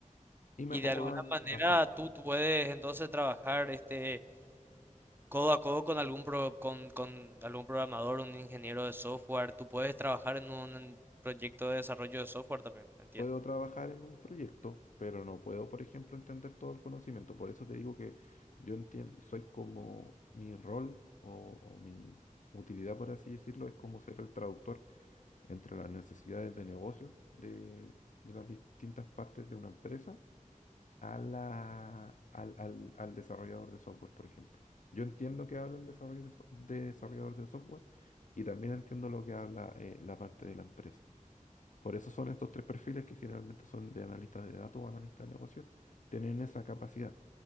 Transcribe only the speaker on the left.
y me
acomoda
bastante.
Puedo trabajar en un proyecto, pero no puedo, por ejemplo, entender todo el conocimiento. Por eso te digo que yo entiendo, soy como mi rol o, o mi utilidad, por así decirlo, es como ser el traductor entre las necesidades de negocio de, de las distintas partes de una empresa a la, al, al, al desarrollador de software, por ejemplo. Yo entiendo que habla el desarrollador de so- desarrollador de software y también entiendo lo que habla eh, la parte de la empresa. Por eso son estos tres perfiles que generalmente son de analistas de datos o analistas de negocios, tienen esa capacidad.